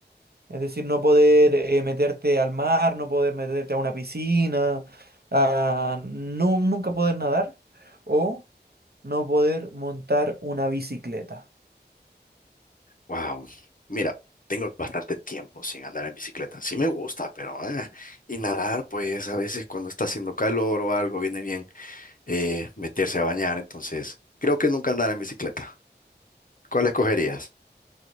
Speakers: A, on the right (about 65°); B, on the left (about 50°).
A: es decir, no poder eh, meterte al mar, no poder meterte a una piscina, a nu- nunca poder nadar, o no poder montar una bicicleta.
B: Wow. Mira, tengo bastante tiempo sin andar en bicicleta. Sí me gusta, pero eh, y nadar, pues a veces cuando está haciendo calor o algo, viene bien eh, meterse a bañar. Entonces, creo que nunca andar en bicicleta. ¿Cuál escogerías?